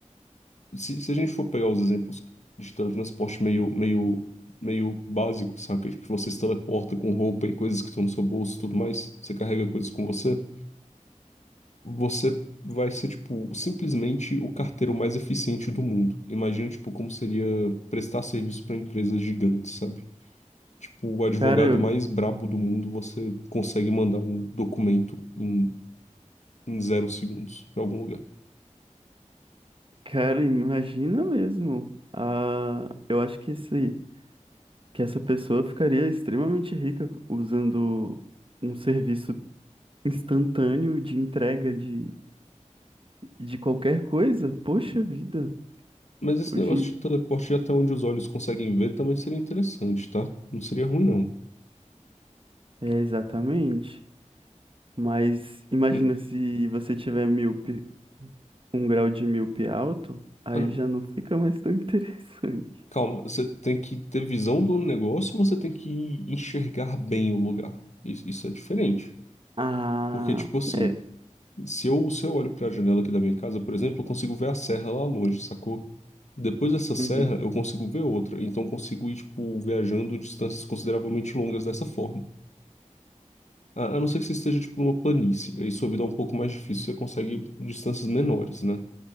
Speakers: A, on the left; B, on the right.
A: se, se a gente for pegar os exemplos de teletransporte meio, meio, meio básico, saca? Tipo, você se teleporta com roupa e coisas que estão no seu bolso e tudo mais, você carrega coisas com você, você vai ser, tipo, simplesmente o carteiro mais eficiente do mundo. Imagina, tipo, como seria prestar serviço para empresas gigantes, sabe? Tipo, o advogado
B: Cara, eu,
A: mais brabo do mundo, você consegue mandar um documento em, em zero segundos pra algum lugar.
B: Cara, imagina mesmo. Ah, eu acho que esse, que essa pessoa ficaria extremamente rica usando um serviço instantâneo de entrega de, de qualquer coisa. Poxa vida.
A: Mas esse
B: Hoje
A: negócio
B: em-
A: de teleporte até onde os olhos conseguem ver também seria interessante, tá? Não seria ruim, não.
B: É, exatamente. Mas imagina
A: Hum.
B: se você tiver míope, um grau de míope alto, aí
A: Ah, não.
B: já não fica mais tão <laughs> interessante.
A: Calma, você tem que ter visão do negócio ou você tem que enxergar bem o lugar? Isso, isso é diferente.
B: Ah,
A: Porque, tipo assim,
B: é,
A: Se eu, se eu olho para a janela aqui da minha casa, por exemplo, eu consigo ver a serra lá longe, sacou? Depois dessa serra,
B: uhum.
A: eu consigo ver outra. Então, eu consigo ir, tipo, viajando distâncias consideravelmente longas dessa forma. A, a não ser que você esteja, tipo, numa planície. Aí sua vida é um pouco mais difícil, você consegue distâncias menores, né?